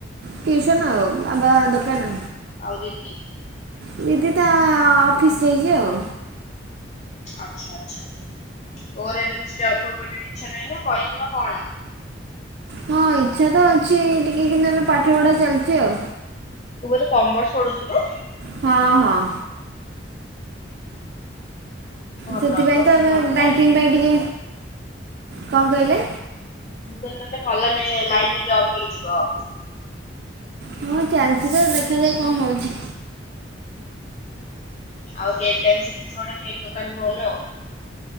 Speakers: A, on the right; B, on the left.
A: ଟିଉସନ୍ ଆଉ ବାବା ଦୋକାନ।
B: ଆଉ ଦିଦି।
A: ଦିଦି ତା ଅଫିସ୍ ଯାଇଛି ଆଉ।
B: ଆଚ୍ଛା ଆଚ୍ଛା। ତୋର ଏବେ କିଛି ଜବ୍ ଫବ୍ କରିବ ଇଚ୍ଛା ନାହିଁ ନା କରିବୁ ନା କଣ।
A: ହଁ ଇଚ୍ଛା ତ ଅଛି ଟିକେ କିନ୍ତୁ ଏବେ ପାଠ ପଢ଼ା ଚାଲିଛି ଆଉ।
B: ତୁ ବୋଧେ କମର୍ସ ପଢୁଥିଲୁ।
A: ହଁ- ହଁ
B: ଭଲ
A: ସେଥିପାଇଁ
B: ତୋତେ
A: ତ ଏବେ
B: ଭଲ
A: ବ୍ୟାଙ୍କିଙ୍ଗ
B: ଲାଇନ୍ ମିଳିଯିବ।
A: ପାଇଁ ଟିକେ କଣ କହିଲେ
B: ମୁଁ କହିଲି ତୋତେ ଭଲ ନାଇ ଲାଇନ୍ ରେ ଜବ୍ ମିଳିଯିବ।
A: ହଁ ଚାଲିଛି ତ ଦେଖା ଯାଉ କଣ ହଉଛି।
B: ଆଉ କେକ୍ ଟା ବି ଶିଖିଛୁ ଗୋଟେ କେକ୍ ଦୋକାନ ଖୋଲେ ଆଉ।